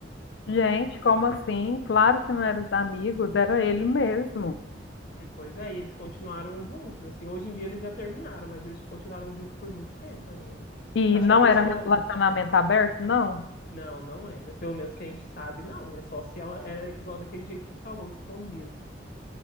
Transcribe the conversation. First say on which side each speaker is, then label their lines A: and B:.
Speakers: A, on the left; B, on the left.
A: Gente, como assim? Claro que não eram os amigos, era ele mesmo.
B: É, pois é, e eles continuaram juntos, assim, hoje em dia eles já terminaram, mas eles continuaram juntos por muito tempo ainda.
A: E
B: Acho
A: não
B: que a pessoa,
A: era relacionamento aberto, não?
B: não, não era, pelo menos que a gente sabe, não, né, só se ela era igual daquele jeito que você falou, escondido.